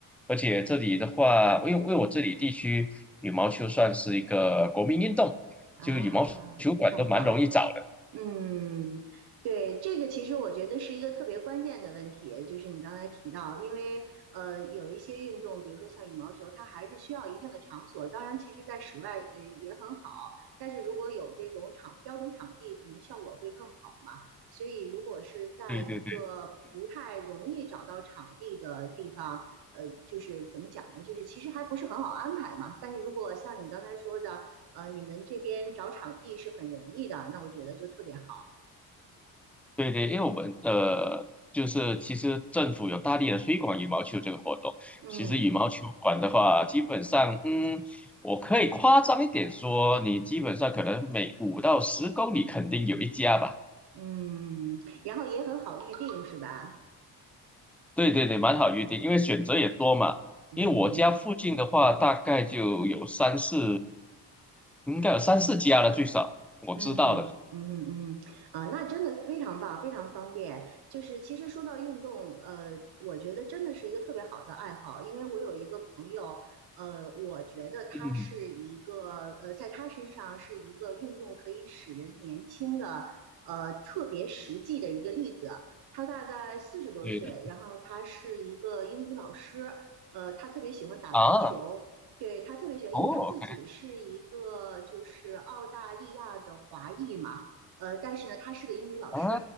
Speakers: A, in the centre; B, on the right.
A: 而且这里的话，因为因为我这里地区羽毛球算是一个国民运动，
B: 啊，
A: 就羽毛球馆都蛮容易找的。
B: 非常棒。嗯，对，这个其实我觉得是一个特别关键的问题，就是你刚才提到，因为呃有一些运动，比如说像羽毛球，它还是需要一定的场所。当然，其实在室外呃也很好，但是如果有这种场标准场地，可能效果会更好嘛。所以，如果是在一个不太容易找到场地的地方，
A: 对对。
B: 呃，就是怎么讲呢？就是其实还不是很好安排嘛。但是如果像你刚才说的，呃，你们这边找场地是很容易的，那我觉得就特别好。
A: 对对，因为我们呃，就是其实政府有大力的推广羽毛球这个活动。
B: 嗯
A: 其实羽毛球馆的话，基本上，嗯，我可以夸张一点说，你基本上可能每五到十公里肯定有一家吧。
B: 嗯，然后也很好预定，是吧？
A: 对对对，蛮好预定，因为选择也多嘛。
B: 嗯
A: 因为我家附近的话，大概就有三四，应该有三四家了，最少我知道的。
B: 嗯嗯嗯嗯嗯哼啊，那真的非常棒，非常方便。就是其实说到运动，呃，我觉得真的是一个特别好的爱好，因为我有一个朋友，呃，我觉得他是一个，
A: <laughs> 嗯，
B: 呃，在他身上是一个运动可以使人年轻的，呃，特别实际的一个例子。他大概四十多岁，
A: 对对
B: 然后他是一个英语老师，呃，他特别喜欢打篮球，
A: 啊，
B: 对，他特别喜欢，
A: 哦我看
B: 因为他自己是一个就是澳大利亚的华裔嘛，呃，但是呢，他是个英语老师，
A: 啊，